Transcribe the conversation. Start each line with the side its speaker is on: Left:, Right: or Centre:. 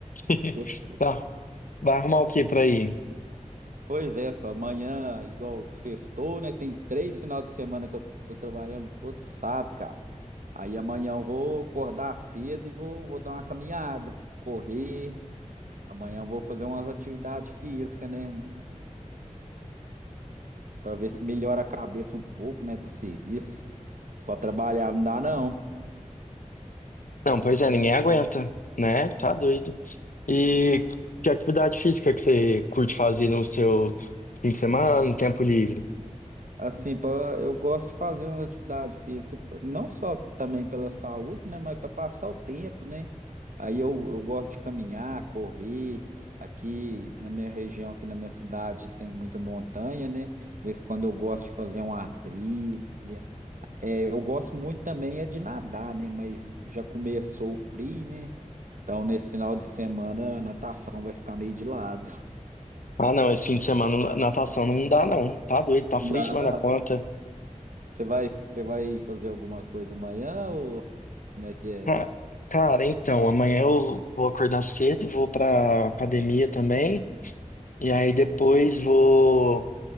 Left: <laughs>
Right: Sextou.
Left: Tá. Vai arrumar o que por aí?
Right: Pois é, só amanhã, igual sextou, né? Tem três final de semana que eu tô trabalhando todo sábado, cara. Aí amanhã eu vou acordar cedo e vou, vou dar uma caminhada, correr. Amanhã eu vou fazer umas atividades físicas, né? Pra ver se melhora a cabeça um pouco, né? Do serviço. Só trabalhar não dá, não.
Left: Não, pois é, ninguém aguenta, né? Tá doido. E que atividade física que você curte fazer no seu fim de semana, no tempo livre?
Right: Assim, pra- eu gosto de fazer uma atividade física, não só também pela saúde, né, mas para passar o tempo, né? Aí eu, eu gosto de caminhar, correr. Aqui na minha região, aqui na minha cidade, tem muita montanha, né? De vez em quando eu gosto de fazer uma trilha. É, eu gosto muito também é de nadar, né? Mas já começou o frio, né? Então, nesse final de semana, a natação vai ficar meio de lado.
Left: Ah, não, esse fim de semana natação não dá, não. Tá doido, tá frio
Right: dá
Left: demais
Right: não.
Left: na conta.
Right: Você vai, você vai fazer alguma coisa amanhã ou como é que
Left: <laughs>
Right: é?
Left: Ca- Cara, então, amanhã eu vou acordar cedo, vou pra academia também. E aí depois vou